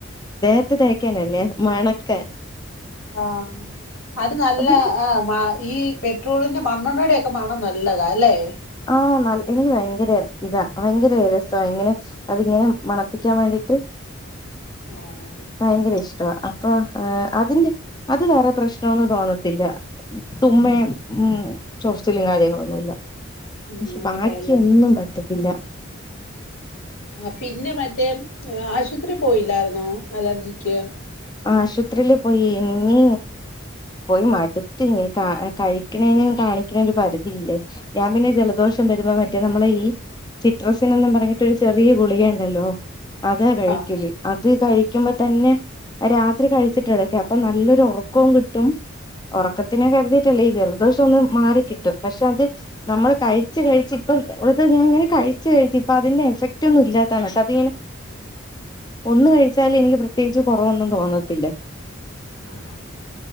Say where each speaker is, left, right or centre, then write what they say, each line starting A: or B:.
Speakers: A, on the left; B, on the left.
A: ദേഹത്തെ തേക്കാനല്ലെ മണക്
B: ആ അത് നല്ല
A: അതിന്റെ
B: ആ അത് ഈ പെട്രോളിന്റെറെ മണ്ണണ്ണടൊക്കെ മണം നല്ലതാ അല്ലെ
A: ആ എനിക്ക് ഭയങ്കര ഇതാ ഭയങ്കര രസ ഇങ്ങനെ അതിങ്ങനെ മണപ്പിക്കാൻ വേണ്ടിട്ട്
B: ആഹ്
A: ഭയങ്കര ഇഷ് <unintelligible> അപ്പൊ അതിന്റെ അത് വേറെ പ്രശ്നമൊന്നും തോന്നത്തില്ല തുമ്മയും ഉം ചൊറച്ചിലും കാര്യങ്ങളൊന്നുമല്ല
B: ഉം
A: പക്ഷെ ബാക്കി
B: അതെല്ലേ
A: ഒന്നും പറ്റത് ഇല്ല
B: ആ പിന്നെ മറ്റേ ആശുപത്രി പോയില്ലായിന്നോ അലർജിക്ക്
A: ആശോത്രില് പോയി ഇനി പോയി മട്ത്ത്ഞ് കഴിക്ക്ണേനും താളിക്ക്ണേനും ഒരു പരിധിയില്ലേ ഞാൻ പിന്നെ ജലദോഷം വരുമ്പോ മറ്റേ നമ്മളെ ഈ സിട്രസിനൊന്നും പറഞ്ഞിട്ടോരു ചെറിയ ഗുളിക ഉണ്ടല്ലോ അതാ കഴിക്കല്
B: ആഹ്
A: അത് കഴിക്കുമ്പ തന്നെ രാത്രി കഴിച്ച്ട്ട് കെടക്കാ അപ്പം നല്ലൊരു ഒ ക്കും കിട്ടും ഉറക്കത്തിനെ കരുതിയിട്ടല്ലേ ഈ ജലദോഷം ഒന്ന് മാറിക്കിട്ടും പക്ഷെ അത് നമ്മള് കഴിച്ച് കഴിച്ച്പ്പം <unintelligible> ഞാൻ ഇങ്ങനെ കഴിച്ച് കഴിച്ച് ഇപ്പം അതിന്റെ എഫക്റ്റ് ഒന്നും ഇല്ലാത്താണ് അതിങ്ങനെ ഒന്ന് കഴിച്ചാല് എനിക്ക് പ്രത്യേകിച്ചും കൊറവൊന്നും തോന്നത്തില്ല
B: അ ആ